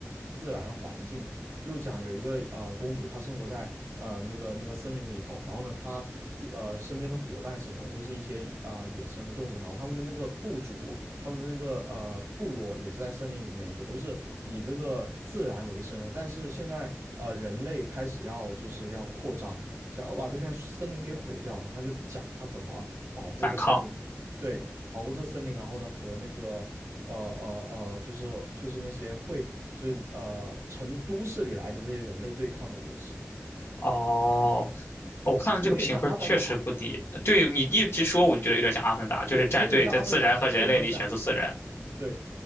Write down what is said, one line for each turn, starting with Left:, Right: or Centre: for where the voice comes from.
Right: 自然环境的，就讲有一个呃公主，她生活在呃那个那个森林里头，然后呢，她呃身边的伙伴什么的都是一些呃野生的动物，然后他们的那个部族，他们的那个呃部落也是在森林里面，也都是以这个自然为生但是现在呃人类开始要就是要扩张，想要把这片森林给毁掉，然后就讲她怎么保护这森林。
Left: 反抗。
Right: 对，保护这个森林，然后呢和那个呃呃呃，就是就是那些会就是呃城都市里来的这些人类对抗的故事，
Left: 哦，我看了这个评分确实不低。
Right: 有点像《阿凡达》，
Left: 对你一直说，我就觉得有点像《阿凡达》，就是战队在自然和人类里选择自然。
Right: 对，它有点像《阿凡达》，非常像，对，